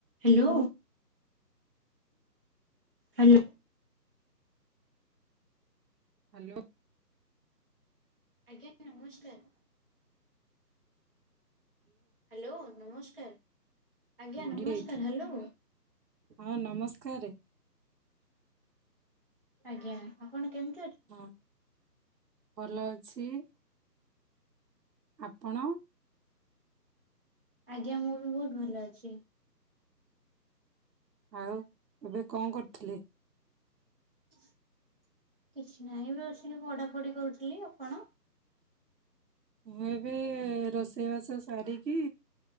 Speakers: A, on the right; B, on the right.
A: Hello hello.
B: Hello
A: ଆଜ୍ଞା ନମସ୍କାର। Hello ନମସ୍କାର। ଆଜ୍ଞା
B: ବୁଢ଼ୀ
A: ନମସ୍କାର
B: ହେଇଥା।
A: ହ୍ୟାଲୋ
B: ହଁ ନମସ୍କାର। ଘରେ
A: ଆଜ୍ଞା ଆଉପଣ କେମତି
B: ହଁ ଭଲ ଅଛି। ଆପଣ?
A: ଆଜ୍ଞା ମୁଁ ବି ବହୁତ ଭଲ ଅଛି।
B: ଆଉ ଏବେ କଣ କରୁଥିଲେ?
A: କିଛି ନହିଁ ବି ବସିକି ପଢାପଢି କରୁଥିଲି। ଆପଣ?
B: ମୁଁ ଏବେ ରୋଷେଇବାସ ସାରିକି